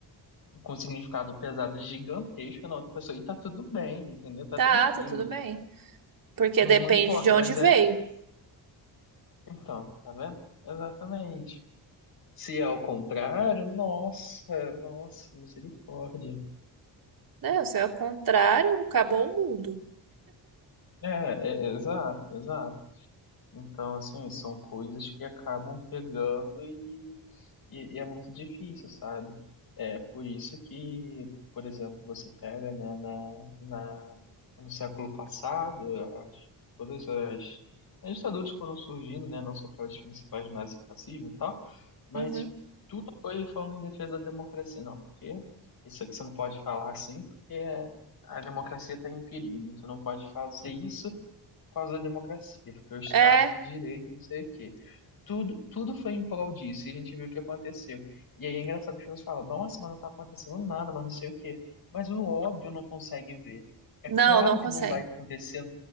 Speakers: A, on the left; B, on the right.
A: com um significado pesado gigantesco na outra pessoa. E tá tudo bem, entendeu? Tá
B: Tá,
A: tranquilo.
B: tá tudo bem. Porque
A: Não,
B: depende
A: não importa,
B: de onde
A: mas
B: veio,
A: é. Então, tá vendo? Exatamente. Se é ao contrário, nossa, nossa, misericórdia.
B: né? Se é o contrário, acabou o mundo.
A: É, é, é, exato, exato. Então, assim, são coisas que acabam pegando e E, e é muito difícil, sabe? É por isso que, por exemplo, você pega, né, na, na, no século passado, as, todas as, as ditaduras que foram surgindo, né, não só aquelas principais do nazifascismo e tal, mas
B: Uhum.
A: tudo foi falando em defesa da democracia. Não, porque isso aqui você não pode falar assim, porque a democracia está em perigo. Você não pode fazer isso por causa da democracia, porque é o Estado
B: É.
A: de Direito, não sei o quê. Tudo, tudo foi em prol disso, e a gente viu o que aconteceu. E aí é engraçado que as pessoas falam, nossa, mas não tá acontecendo nada, mas não sei o quê. Mas o óbvio não consegue ver. É
B: Não,
A: claro
B: não consegue.
A: que não vai acontecer.